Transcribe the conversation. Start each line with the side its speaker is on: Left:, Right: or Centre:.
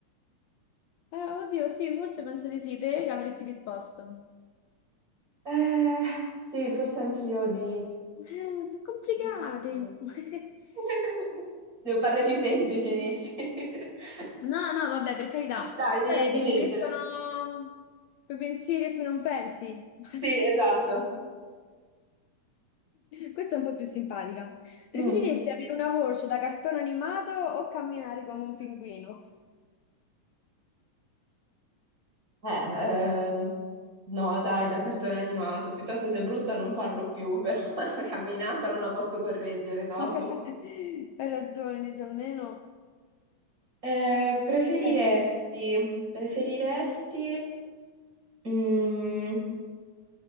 Left: Eh, oddio, sì, forse penso di sì, te che avresti risposto.
Right: Eh, sì, forse anch'io di...
Left: Eh, sono complicati.
Right: di leggere.
Left: <laughs>
Right: <laughs> Devo farle più semplici, dici? <laughs>
Left: No, no, vabbè, per carità.
Right: Sì, Dai, di,
Left: Eh,
Right: di leggere.
Left: Ti mettono quei pensieri a cui non pensi. <laughs>
Right: Sì, esatto.
Left: Questa è un po' più simpatica.
Right: Mm.
Left: Preferiresti avere una voce da cartone animato o camminare come un pinguino?
Right: Eh, ehm, no, dai, da cartone animato. Piuttosto se è brutta non parlo più, però <laughs> la camminata non la posso correggere dopo.
Left: <laughs> Hai ragione, dice almeno.
Right: Eh, preferiresti,
Left: Eh,
Right: preferiresti, mm,